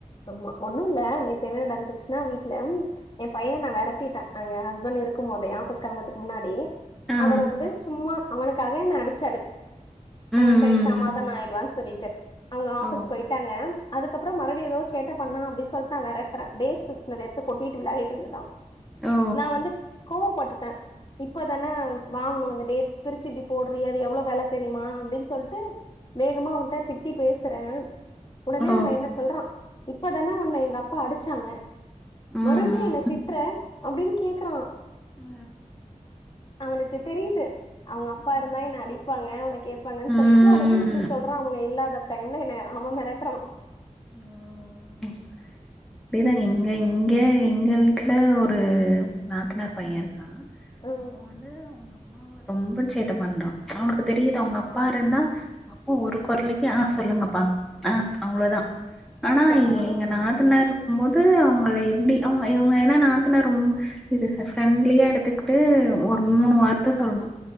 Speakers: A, on the left; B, in the centre.
A: ஆமா ஒண்ணு இல்ல நேத்து என்ன நடந்துச்சுன்னா வீட்ல ம் என் பையன நா விரட்டிடேன் அங்க ஹஸ்பண்ட் இருக்கும் போதே ஆஃபிஸ் கிளம்பத்துக்கு முன்னாடி
B: ஆ, ஆ.
A: அவரு வந்து சும்மா அவனுக்காக என்ன அடிச்சாரு
B: ம், ம்,
A: அவன் சரி சமாதானம்
B: ம்.
A: ஆயிடுவான் சொல்லிட்டு அவங்க ஆபிஸ்
B: ஓ!
A: போய்டாங்க அதுக்கப்பறம் மறுபடியு எதோ சேட்ட பண்ணா அப்டின் சொல்ட்டு நான் விரட்ற டேட் வச்சுத அத எடுத்து கொட்டிட்டு விளையாட்டு இருந்துட்டா
B: ஓ!
A: நா வந்து கோவ பட்டுட இப்பதான வாங்கணு அந்த டேட்ஸ் பிரிச்சு இப்டி போட்றியே அது எவ்ளோ வெள தெரியுமா அப்டின் சொல்ட்டு வேகமா அவன்ட்ட திட்டி பேசுற உடனே
B: ஓ!
A: அவன் என்ன சொல்றா இப்பதான உன்ன எங்க அப்பா அடிச்சாங்க
B: ம்,
A: மறுபடியு
B: ம்.
A: என்ன திட்ற அப்டின் கேக்கறா
B: ஆ.
A: அவனுக்கு தெரியுது
B: ப
A: அவங்க அப்பா
B: ஆமா.
A: இருந்தா என்ன அடிப்பாங்க அவன கேப்பாங்கன்
B: ம்
A: சொல்லிட்டு உடனே இப்டி சொல்றா அவங்க இல்லாத டைம்ல என்ன அவன் மிரட்றா
B: ம் அப்டிதா எங்க இங்க எங்க வீட்ல ஒரு நாத்தனார் பைய இருக்கான்
A: ம்
B: அவன் வந்து அவுங்க அம்மாவ ரொம்ப சேட்ட பண்றா அவனுக்கு தெரியுது அவங்க அப்பா இருந்தா அப்பா ஒரு கொரலுக்கே ஆ சொல்லுங்கப்பா ஆ அவ்ளோ தா
A: பயப்படுறா
B: ஆனா இவிங்க எங்க நாத்தனார் இருக்கும் போது அவுங்கள எப்டி அவுங்க இவுங்க ஏன்னா நாத்தனார் ரொம் இது இப்ப ஃப்ரெண்ட்லியா எடுத்துக்கிட்டு ஒரு மூணு வார்த்த சொல்னு